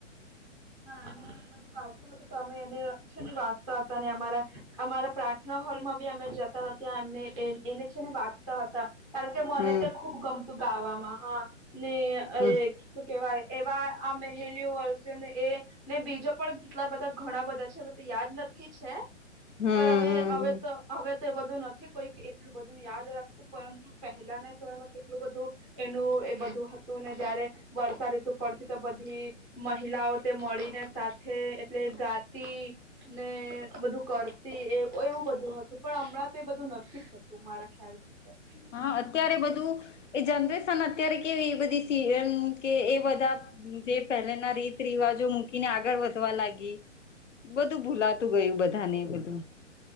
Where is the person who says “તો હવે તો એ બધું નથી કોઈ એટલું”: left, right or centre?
Centre